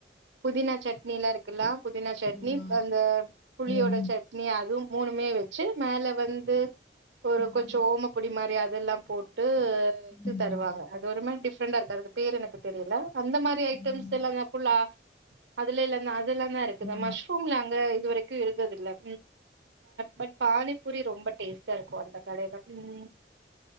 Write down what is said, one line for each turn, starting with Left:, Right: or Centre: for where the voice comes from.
Right: புதினா சட்னி எல்லா இருக்குல புதினா சட்னி
Left: ஆமா
Right: அந்த புளியோட
Left: ம்
Right: சட்னி நீ அதுவும் மூணுமே வெச்சு மேல வந்து ஒரு
Left: ம்
Right: கொஞ்சோம் ஓமப்பொடி மாரி அதெல்லாம் போட்டுத்து
Left: ம்
Right: தருவாங்க அது ஒரு மாரி டிஃப்ரெண்டா இருக்கும் அதுக்கு பேர் எனக்கு தெரியில அந்த மாரி டைம்ஸ்
Left: ம்
Right: எல்லாமே ஃபுல்லா அதுல எல்லாமே அதுல ஃபுல்லா இருக்குது
Left: ஆ
Right: மஷ்ரூம்ல அங்க இது வரைக்கும் இருந்நதுல்ல பட் பானிபூரி ரொம்ப டேஸ்ட்டா இருக்கும் அந்த கடையில ம்